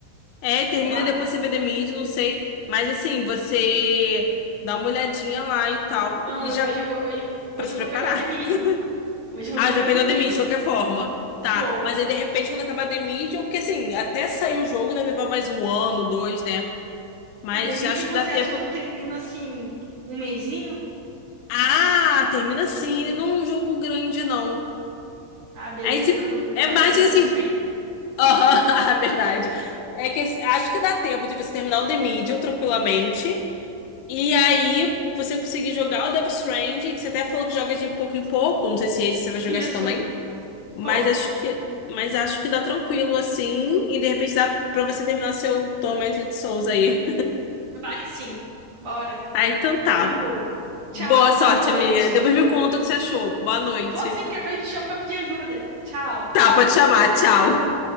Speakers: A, on the left (about 80°); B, on the right (about 50°).
A: É, termina
B: Vou lá.
A: e depois você vê The Mid, não sei. Mas assim, você dá uma olhadinha lá e tal,
B: Não,
A: e
B: eu-
A: já
B: hoje eu vou, hoje,
A: pra
B: hoje
A: se
B: eu
A: preparar.
B: vou pegar o The Medium.
A: <laughs>
B: Hoje eu
A: Ah,
B: vou pegar
A: já pegar
B: o The Medium.
A: o The Mid, de qualquer forma. Tá,
B: Vou.
A: mas aí de repente quando acabar The Medium, porque assim, até sair o jogo deve levar mais um ano, dois, né? Mas
B: O The Medium,
A: acho que
B: você
A: dá tempo
B: acha que eu termino assim, um mesinho?
A: Ah, termina assim, ele não é um jogo grande, não.
B: Ah, beleza,
A: Aí se...
B: que eu tô me preparando
A: é mais
B: pro
A: que
B: Death
A: assim.
B: Stranding.
A: Aham, <laughs> a verdade. É que esse- acho que dá tempo de você terminar o The Medium tranquilamente. E aí você conseguir jogar o Death Stranding, que você até falou que joga de pouco em pouco. Não sei se esse você vai jogar
B: Isso.
A: esse também. Mas
B: Pô,
A: acho que. Mas acho que dá tranquilo assim. E de repente dá pra você terminar seu Tormented Souls aí.
B: vai sim. Bora.
A: Ah, então tá.
B: Hoje eu vou. Tchau,
A: Boa sorte,
B: boa noite.
A: amiga. Depois me conta o que você achou. Boa noite.
B: Vou sim, qualquer coisa eu te chamo pra pedir ajuda. Tchau.
A: Tá, pode chamar. Tchau.